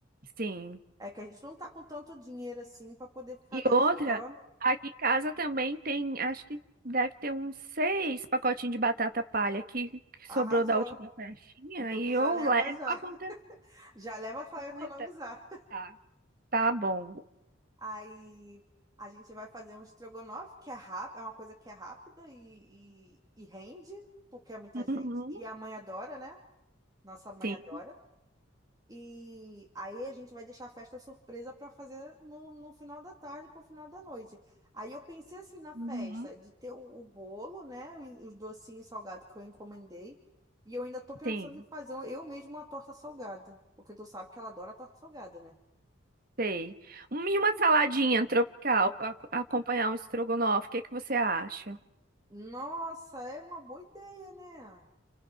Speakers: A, on the right; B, on the right.
A: Sim.
B: É que a gente não tá com tanto dinheiro assim pra poder ficar
A: E
B: gastando.
A: outra, aqui em casa também tem, acho que deve ter uns seis pacotinhos de batata palha que, que
B: Arrasou.
A: sobrou da última festinha
B: Então
A: e
B: tu
A: eu
B: já leva
A: levo
B: já.
A: pra conta
B: <laughs> Já leva pra
A: completa.
B: economizar.
A: Tá tá bom.
B: Aí a gente vai fazer um estrogonofe que é rápido, é uma coisa que é rápida e, e, e rende, porque é muita
A: Uhum,
B: gente. E a mãe adora, né? Nossa mãe
A: sim.
B: adora. E aí a gente vai deixar a festa surpresa para fazer no, no final da tarde para o final da noite. Aí eu pensei assim na festa
A: Uhum,
B: de ter o, o bolo, né? e Os docinhos salgados que eu encomendei. E eu ainda tô pensando
A: sim.
B: em fazer um, eu mesma uma torta salgada. Porque tu sabe que ela adora torta salgada, né?
A: Sei. Um- E uma saladinha tropical para acompanhar um estrogonofe. O que que você acha?
B: Nossa, é uma boa ideia, né?